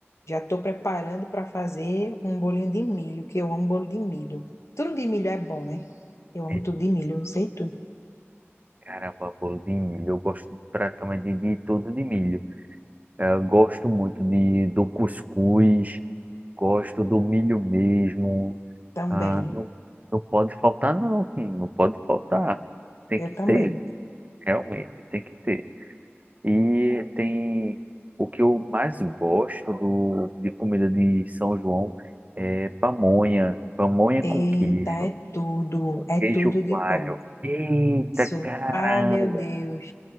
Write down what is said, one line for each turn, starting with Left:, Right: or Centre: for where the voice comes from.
Left: Já tô preparando para fazer um bolinho de milho, que eu amo bolo de milho. Tudo de milho é bom, né? Eu amo
Right: É,
Left: tudo de milho, não sei tu.
Right: caramba, bolo de milho. Eu gosto pra cama de, de tudo de milho. É, Eu gosto muito de, do cuscuz, gosto do milho mesmo.
Left: Também,
Right: Ah, não, não pode faltar, não. hum, Não pode faltar. Tem
Left: eu
Right: que
Left: também.
Right: ter, realmente, tem que ter. E tem o que eu mais gosto do, de comida de São João é pamonha. Pamonha
Left: Eita,
Right: com queijo.
Left: é tudo,
Right: Com
Left: é
Right: queijo
Left: tudo de
Right: coalho.
Left: bom.
Right: Eita,
Left: Isso,
Right: caramba!
Left: ai meu Deus,